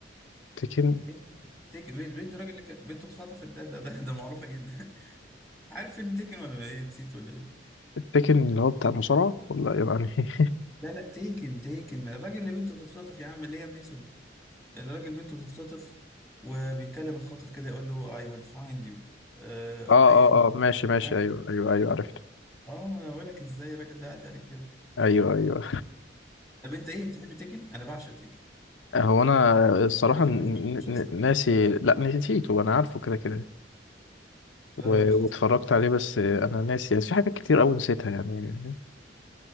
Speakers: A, on the left (about 85°); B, in the centre.
A: تكن
B: بنت تيكن بنت بنت الراجل اللي كان بنته اتخطفت ده ده ده, ده معروفه جدا <laughs> عارف فيلم تيكن ولا ايه نسيت ولا ايه
A: التكن اللي هو بتاع المصارعة ولا يعني
B: لا لا تيكن تيكن الراجل اللي بنته بتتخطف يا عم ليام نيسون الراجل بنته بتتخطف وبيكلم الخاطف كده يقول له I will find you آه
A: <laughs> اه
B: ايا
A: اه اه ماشي ماشي
B: أي-
A: ايوه ايوه ايوه عرفته
B: اه انا بقول لك ازاي الراجل ده قاعد عليك كده
A: ايوه ايوه
B: طب انت ايه انت تحب تيكن انا بعشق تيكن <laughs>
A: <laughs> هو انا الصراحة
B: تيكن
A: ن-
B: ما سمعتوش اصلا
A: ن- ناسي لا نسيته انا عارفه كده كده و-
B: لا لا ده خطير
A: واتفرجت عليه بس انا ناسي يعني في حاجات كتير قوي نسيتها يعني